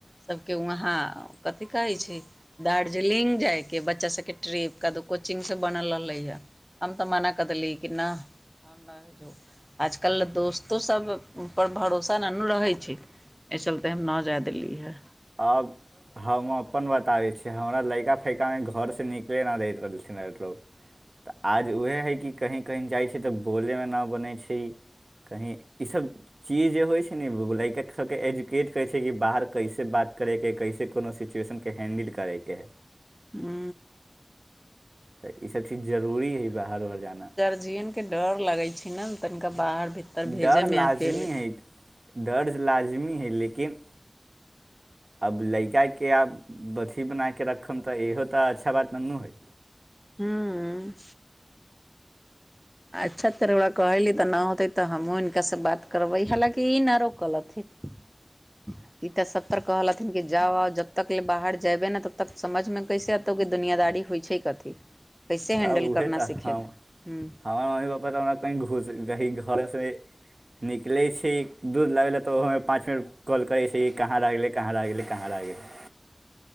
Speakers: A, in the centre; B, on the right.
A: सब के वहा कथिी कहै छै दार्जलिंग जाय के बच्चा सबके ट्रीप कऽ कोचिंग से बनल रहले हऽ हम तऽ मना कऽ देलीै कि नऽ आजकल दोस्तो सभपर भरोसा नहि ने रहै छै। एहि चलते हम नअ जाय देल्लियेय हऽ
B: अब हम अपन बताबै छी। हमरा लैका फैकामे घर से निकले नहि दैत रहलखिन लोग। आज उएह हइ कि कहीँ कहीँ जाइ छै तऽ बोलयमे नहि बनै छै कहीँ ईस चीज जे होइ छै ने लैका सभके एजुकेट करै छै कि बाहर कैसे बात करेके कैसे कोनो सिचुएशन के हैंडल करैके।
A: हू
B: तऽ ईसभ चीज जरूरी हइ बाहर उर जाना
A: जियन के डर लगे छै ने तनिका बाहर भीतर भेजे
B: डर
A: मे
B: लाजमी
A: अकेले
B: हइ डर लाजमी हइ लेकिन अब लड़काके आब अथी बना कऽ रखब तऽ इहो तऽ अच्छा बात न नू हइ
A: हूँ अच्छा तेर ओरा कहैली तऽ नहि होतै तऽ हमहूँ हिनकास से बात करबै हालाँकि ई ना रोकल हथिन <unintelligible> ई त सबतर कहल हथिन क जा आ जब तक ले बाहर जबे ने तब तक समझ में कैसे एतौ की दुनियादारी होइ छै कथी कैसे
B: तब
A: हैंडल
B: उएह
A: करना
B: तऽ
A: सीखेगा
B: हम
A: हूँ
B: हमर मम्मी पपापा तऽ हमरा कहीं घूस कहीं घरेसँ निकलै छी दूध लाबैलै तऽ ओहोमे पाँच मिनट कॉल करै छी कि कहाँ रहि गेलै कहाँ रहि गेलै कहाँ रहि गेलै